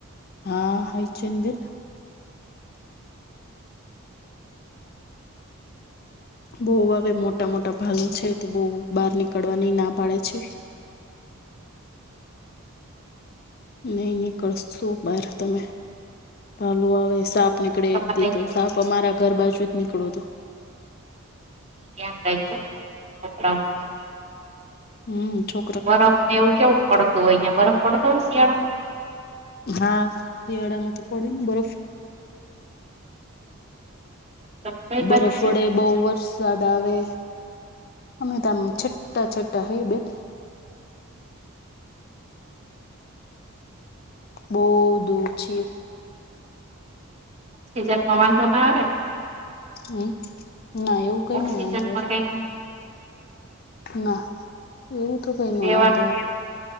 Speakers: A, on the left; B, on the right.
A: હા, હાય છે ને, બેન. બઉ આવે, મોટા-મોટા ભાલુ છે, તો બઉ બહાર નીકળવાની ના પાડે છે. નઈ નીકળ શું બહાર, તમે ભાલુ આવે, સાપ નીકળે,
B: તમારે
A: એક દી તો સાપ. પ મારા ઘર બાજુ જ નીકળો તો.
B: ત્યા છે <unintelligible>
A: હમ્મ છો.
B: બરફ ને, એવું કેવું પડતું હોય, અહિયાં બરફ પડતો હોય, શિયાળામાં.
A: હા, શિયાળામાં તો પડે ને બરફ.
B: તો કઈ
A: બરફ
B: બાજુ છે
A: પડે, બહુ વર્ષ. યાદ આવે, અમે તો આમ છટઠા છટઠા હૈ બેન. બહુ દૂર છીએ.
B: તે તો ના આવેન.
A: હમ્મ ના એવું કઈ
B: ઓક્સિજનમાં
A: ન વાંધ
B: કઈ
A: ના. એવું તો કઈ ન
B: રેવાનું
A: વાંધો આવે,